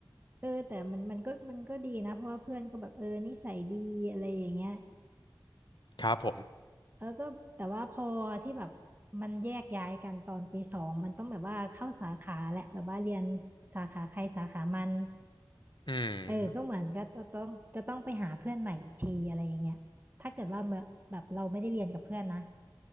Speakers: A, on the right (about 25°); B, on the left (about 75°).
A: เออแต่มันมันก็มันก็ดีนะเพราะว่าเพื่อนก็แบบเออนิสัยดีอะไรอย่างเงี้ย
B: ครับผม
A: เออก็แต่ว่าพอที่แบบมันแยกย้ายกันตอนปีสองมันต้องแบบว่าเข้าสาขาแหละแบบว่าเรียนสาขาใครสาขามัน
B: อื
A: เออก็เหมือนก็จะต้องจะต้องไปหาเพื่อนใหม่อีกทีอะไรอย่างเงี้ยถ้าเกิดว่าเแบบเราไม่ได้เรียนกับเพื่อนนะ
B: ม